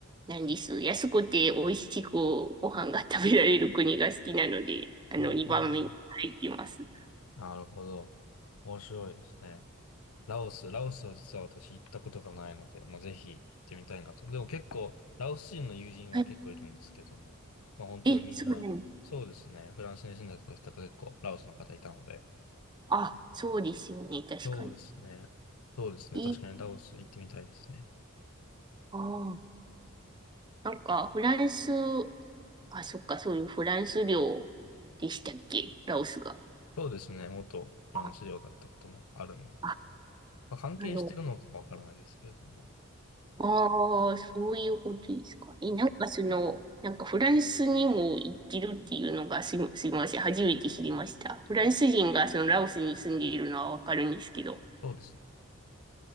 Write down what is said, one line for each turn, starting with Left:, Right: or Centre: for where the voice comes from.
Right: なんです。安くて美味しくご飯が食べられる国が好きなので、あの、
Left: うーん。
Right: 2番目に入ってます。
Left: なるほど。面白いですね。ラオス、ラオスは実は私行ったことがないので、まあ、ぜひ行ってみたいなと。でも結構、ラオス人の友人は結構いるんですけども、
Right: はい。
Left: まあ本当にみんな、
Right: え、そうなの。
Left: そうですね、フランスに住んでた時とか結構ラオスの方いたので、
Right: あ、そうですよね。確かに。
Left: そうですね、そうですね、
Right: え、
Left: 確かにラオス行ってみたいですね。
Right: ああ、なんか、フランス、あ、そっか、そういうフランス領でしたっけラオスが。
Left: そうですね、元フランス領だったこともあるんで、
Right: あ、あ、
Left: まあ関係してるのかわからないですけれども、
Right: なるほああ、そういうことですか。え、なんかその、なんかフランスにも行ってるっていうのがすみ、すみません。初めて知りました。フランス人がそのラオスに住んでいるのはわかるんですけど。
Left: そうですね